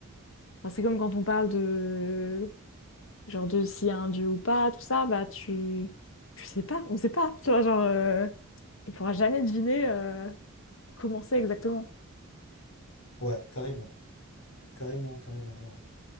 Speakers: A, on the left; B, on the left.
A: enfin, c'est comme quand on parle de... Genre de s'il y a un dieu ou pas, tout ça, bah tu... Tu sais pas, on sait pas. Tu vois, genre... euh, On pourra jamais deviner euh, comment c'est exactement.
B: ouais, carrément, carrément, carrément. ouais. ouais.